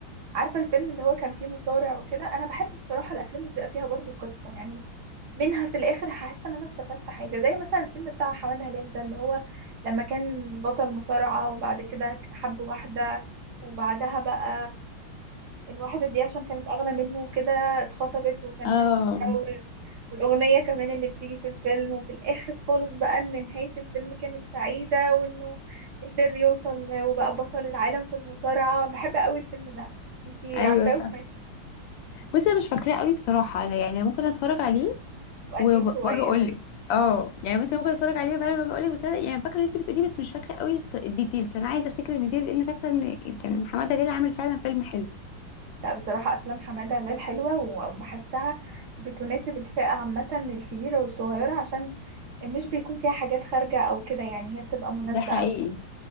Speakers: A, on the right; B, on the left.
A: عارفة الفيلم اللي هو كان فيه مصارع وكده انا بحب بصراحة الافلام اللي بيبقى فيها برضو قصة يعني منها في الاخر حاسة ان انا استفدت حاجة زي مثلا الفيلم بتاع حمادة هلال ده اللي هو لما كان بطل مصارعة وبعد كده حب واحدة وبعدها بقى الواحدة دي عشان كانت اغنى منه كده اتخطبت وكانت
B: اه
A: هتتجوز والأغنية كمان اللي بتيجي في الفيلم وفي الآخر خالص بقى إن نهاية الفيلم كانت سعيدة وإنه قدر يوصل وبقى بطل العالم في المصارعة بحب قوي الفيلم ده انتي
B: ايوه
A: عارفاه
B: صح
A: وسمعتيه
B: بصي انا مش فاكراه قوي بصراحه أنا يعني ممكن اتفرج عليه
A: قديم
B: و- و-
A: شوية
B: واجي اقول لك اه يعني مثلا ممكن اتفرج عليه وبعدين اجي اقول لك بس انا يعني فاكره اللي انت بتقوليه بس مش فاكره قوي الت- الديتيلز انا عايزه افتكر الديتيلز لان فاكره ان كان حماده هلال عامل فعلا فيلم حلو
A: لا بصراحة أفلام حمادة هلال حلوة وبحسها بتناسب الفئة عامة الكبيرة والصغيرة عشان مش بيكون فيها حاجات خارجة أو كده يعني هي بتبقى مناسبة
B: ده حقيقي
A: أوي